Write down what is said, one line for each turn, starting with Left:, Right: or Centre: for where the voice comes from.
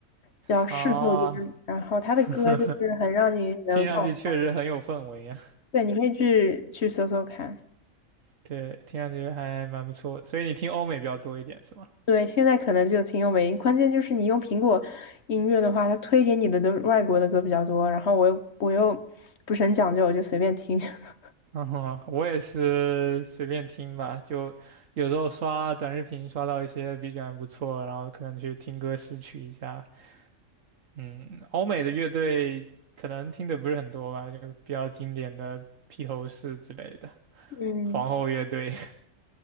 Left: 叫事后烟。
Right: 啊，
Left: 然后他的歌就是很让你难放。
Right: <laughs> 听上去确实很有氛围呀。
Left: 对，你可以去去搜搜看。
Right: 对，听上去还蛮不错的所以你听欧美比较多一点是吗？
Left: 对，现在可能就挺有美音，关键就是你用苹果音乐的话，它推给你的都是外国的歌比较多，然后我又我又不是很讲究，我就随便听。<laughs>
Right: <laughs> 嗯哼，我也是随便听吧，就有时候刷短视频刷到一些 BGM 不错，然后可能去听歌识曲一下。嗯，欧美的乐队可能听的不是很多吧，就比较经典的披头士之类的，
Left: 嗯，
Right: 皇后乐队。